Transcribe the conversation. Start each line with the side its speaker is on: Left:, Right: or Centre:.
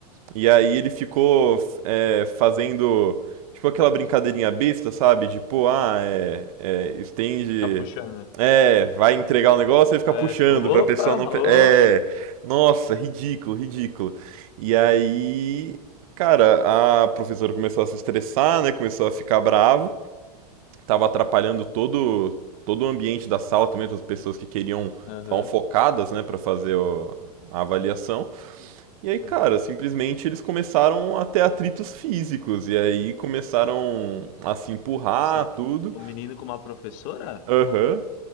Right: E aí ele ficou é, fazendo tipo aquela brincadeirinha besta, sabe? Tipo, ah, é, é, estende.
Left: Ficar puxando, né?
Right: É, vai entregar o negócio e fica
Left: É,
Right: puxando
Left: tipo, opa,
Right: pra pessoa não. pe-
Left: ô.
Right: É. Nossa, ridículo, ridículo. E aí, cara, a professora começou a se estressar, né? Começou a ficar brava. Tava atrapalhando todo, todo o ambiente da sala também, todas as pessoas que queriam
Left: Aham,
Right: estavam focadas, né, pra fazer o- a avaliação. E aí, cara,
Left: aham.
Right: simplesmente eles começaram a ter atritos físicos. E aí começaram a se empurrar,
Left: Nossa,
Right: tudo.
Left: o menino com uma professora?
Right: Aham.